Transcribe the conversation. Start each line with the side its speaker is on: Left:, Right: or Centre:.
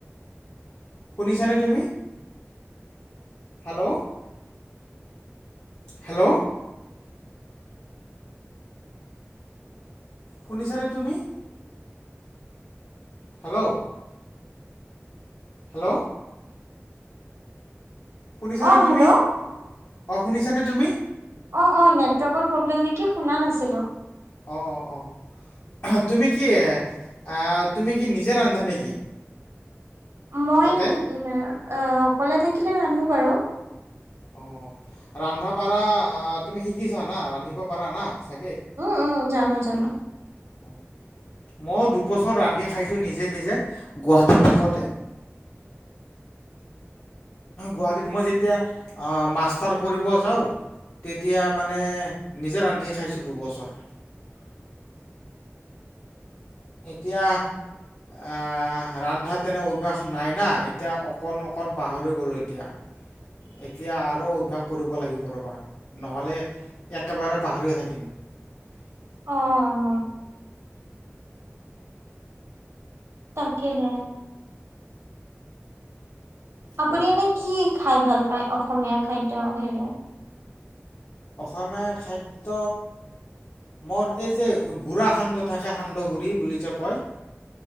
Left: শুনিছানে তুমি। হেল্ল'। হেল্ল'। শুনিছানে তুমি? হেল্ল'। হেল্ল'। শুনিছানে
Right: অ',
Left: তুমি
Right: হেল্ল'
Left: অ শুনিছানে তুমি?
Right: অ অ, নেটৱৰ্কৰ প্ৰব্লেম নেকি শুনা নাছিলো।
Left: অ অ অ। তুমি কি আহ তুমি কি নিজে ৰন্ধা নেকি।
Right: মই
Left: তাতে?
Right: অকলে থাকিলে ৰান্ধো বাৰু।
Left: অ, ৰান্ধা পঢ়া তুমি শিকিছা না ৰান্ধিব পাৰা না। চাগে?
Right: উম উম, জানো জানো।
Left: <unintelligible> ময়ো দুবছৰ ৰান্ধি খাইছোঁ নিজে নিজে, গুৱাহাটীত থাকোঁতে। <inaudible> গুৱাহাটীত মই যেতিয়া মাষ্টাৰ কৰিব যাওঁ। তেতিয়া মানে নিজে ৰান্ধিে খাইছোঁ দুবছৰ। উ <unintelligible> এতিয়া। আহ ৰন্ধা তেনে অভ্যাস নাই না, এতিয়া অকণ অকণ পাহৰি গলো এতিয়া। এতিয়া আৰু অভ্যাস কৰিব লাগিব ৰ'বা নহ'লে একেবাৰে পাহৰি থাকিম। উ <inaudible>
Right: অ অ। তাকে হে। আপুনি
Left: হয়
Right: এনে কি খাই ভাল পায়, অসমীয়া খাদ্য হেৰিয়ত?
Left: অসমীয়া খাদ্য। মোৰ এই যে গুড়া সান্দহ থাকে সান্দহ গুড়ি বুলি যে কয়।